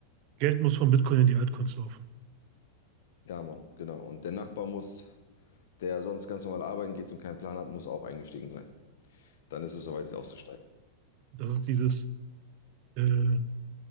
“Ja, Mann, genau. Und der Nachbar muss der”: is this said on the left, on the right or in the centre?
Left